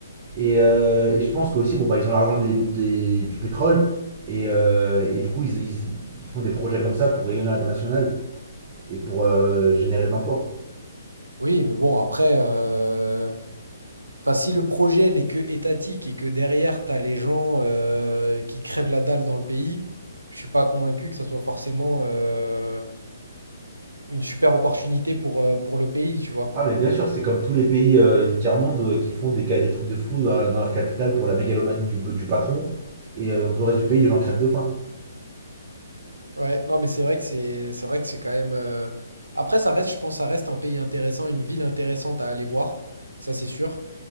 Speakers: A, on the right (about 25°); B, on the right (about 80°).
A: Et, euh, et je pense qu'aussi, bon, bah, ils ont l'argent des- des- des- du pétrole, et, euh, et du coup, ils, ils- ils font des projets comme ça pour rayonner à l'international. et pour euh, générer de l'emploi.
B: Oui, mais bon, après, euh, enfin, si le projet n'est que étatique et que derrière, tu as les gens euh, qui crèvent la dalle dans le pays, je suis pas convaincu que ça soit forcément euh, une super opportunité pour, euh, pour le pays, tu vois.
A: Ah mais bien sûr, c'est comme tous les pays euh, du tiers-monde euh, qui font des, ca- des trucs de fou dans, dans leur capitale pour la mégalomanie du, du patron. Et euh, dans tout le reste du pays, les gens crèvent de faim.
B: Ouais, non, mais c'est vrai que c'est c'est vrai que c'est quand même. euh, Après, ça reste, je pense, ça reste un pays intéressant, une ville intéressante à aller voir, ça c'est sûr.